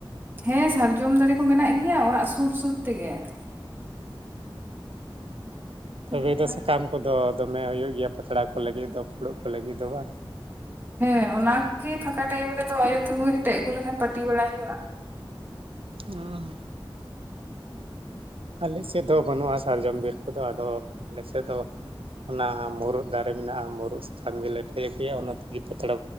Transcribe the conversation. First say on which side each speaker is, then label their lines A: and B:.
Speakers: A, on the right; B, on the right.
A: ᱦᱮᱸ ᱥᱟᱨᱡᱚᱢ ᱫᱟᱨᱮ ᱠᱚ ᱢᱮᱱᱟᱜ ᱜᱮᱭᱟ, ᱚᱲᱟᱜ ᱥᱩᱨ ᱥᱩᱨ ᱛᱮᱜᱮ ᱾
B: ᱛᱚᱵᱮ
A: ᱚᱱᱟ
B: ᱫᱚ ᱥᱟᱠᱟᱢ ᱠᱚᱫᱚ ᱫᱚᱢᱮ ᱦᱩᱭᱩᱜ ᱜᱮᱭᱟ ᱯᱟᱛᱲᱟ ᱠᱚ ᱞᱟᱹᱜᱤᱫ ᱫᱚ ᱯᱷᱩᱲᱩᱜ ᱠᱚ ᱞᱟᱹᱜᱤᱫ ᱫᱚ ᱵᱟᱝ?
A: ᱦᱮᱸ ᱚᱱᱟ ᱠᱚᱜᱤ ᱯᱷᱟᱠᱟ ᱴᱟᱭᱤᱢ ᱨᱮᱫᱚ ᱟᱭᱩ ᱛᱟᱠᱚ ᱦᱮᱴᱮᱡ ᱟᱹᱜᱩ ᱞᱮᱠᱷᱟᱱ ᱯᱟᱹᱴᱤ ᱵᱟᱲᱟᱭ ᱦᱩᱭᱩᱜ-ᱟ ᱾
B: <unintelligible> ᱟᱞᱮ ᱥᱮᱫ ᱫᱚ ᱵᱟᱹᱱᱩᱜ-ᱟ ᱥᱟᱨᱡᱚᱢ ᱵᱤᱨ ᱠᱚᱫᱚ ᱟᱫᱚ ᱟᱞᱮ ᱥᱮᱫ ᱫᱚ, ᱚᱱᱟ ᱢᱩᱨᱩᱫ ᱫᱟᱨᱮ ᱢᱮᱱᱟᱜ-ᱟ ᱢᱩᱨᱩᱫ ᱥᱟ ᱟᱢ ᱜᱮ ᱞᱮᱴᱮ ᱜᱮᱭᱟ ᱚᱱᱟ ᱛᱮᱜᱮ ᱯᱟᱛᱲᱟ